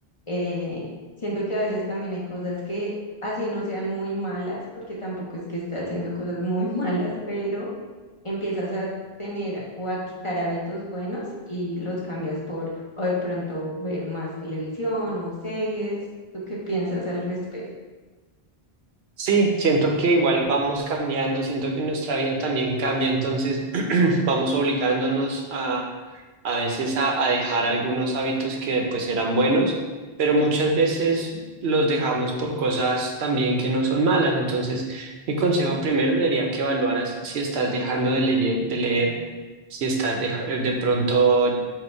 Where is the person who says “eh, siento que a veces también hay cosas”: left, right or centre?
Left